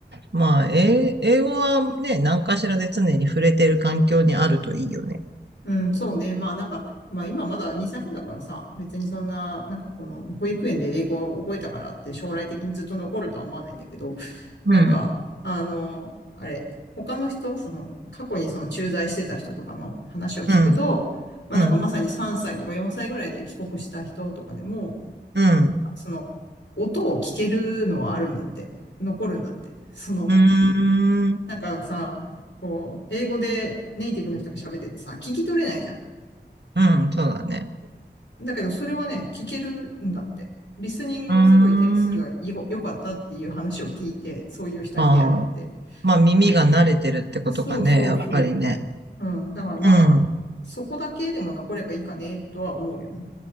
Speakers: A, on the right (about 70°); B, on the left (about 85°).
A: まあ、英英語はね、何かしらで常に触れてる環境にあるといいよね。
B: うん、そうね。まあなんか、まあ今まだ2歳半だからさ、別にそんな、なんかこの保育園で英語を覚えたからって将来的にずっと残るとは思わないんだけど、
A: うん。
B: なんか、あの、あれ、他の人、その過去にその駐在してた人とかの話を聞くと、
A: うん、
B: まあなんかまさに3歳とか4歳ぐらいで帰国した人とかでも、
A: うん、うん、
B: その、音を聞けるのはあるんだって。残るんだって。その、
A: うーん、
B: なんかさ、こう、英語でネイティブの人が喋っててさ、聞き取れないじゃん。
A: うん、そうだね。
B: うん。だけど、それはね、聞けるんだって。リスニングはすごい点数がい良かったっていう話を聞いて、
A: うーん、
B: そういう人に出会って。
A: ああ、まあ耳が慣れてるってことかね、
B: あそうそうそ
A: やっぱりね。
B: う。うん。だからまあ、
A: うん、
B: そこだけでも残ればいいかね、とは思うよね。